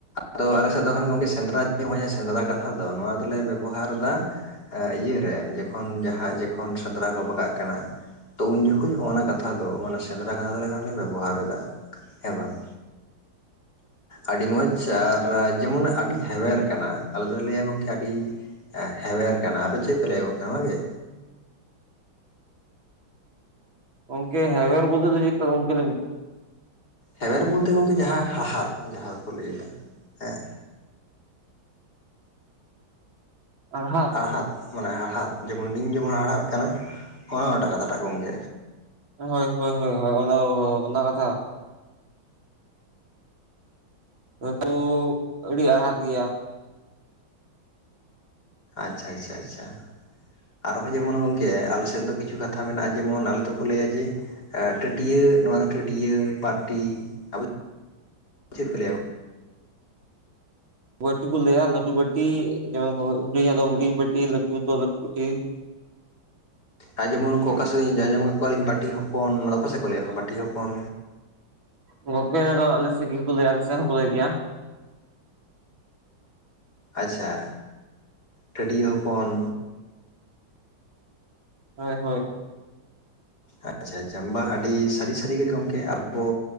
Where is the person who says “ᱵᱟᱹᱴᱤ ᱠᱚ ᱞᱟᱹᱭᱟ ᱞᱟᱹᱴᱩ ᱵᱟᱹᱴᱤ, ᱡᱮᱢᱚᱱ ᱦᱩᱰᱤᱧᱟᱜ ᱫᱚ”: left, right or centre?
Right